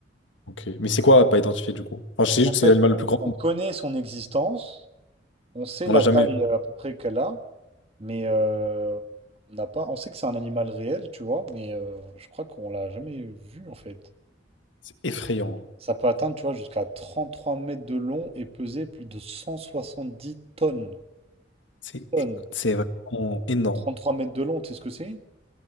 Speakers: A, on the left; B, on the right.
A: Ok. Mais c'est quoi pas identifié du coup? Enfin, je sais juste
B: En fait,
A: que c'est l'animal
B: euh,
A: le plus grand.
B: on connaît son existence, on sait
A: On
B: la
A: l'a jamais
B: taille
A: vu.
B: euh, à peu près qu'elle a, mais euh, on n'a pas. On sait que c'est un animal réel, tu vois, mais euh, je crois qu'on l'a jamais vu en fait.
A: C'est effrayant.
B: Ça peut atteindre, tu vois, jusqu'à 33 mètres de long et peser plus de 170 tonnes.
A: C'est
B: Tonnes.
A: é- c'est vraiment énorme.
B: 33 mètres de long, tu sais ce que c'est?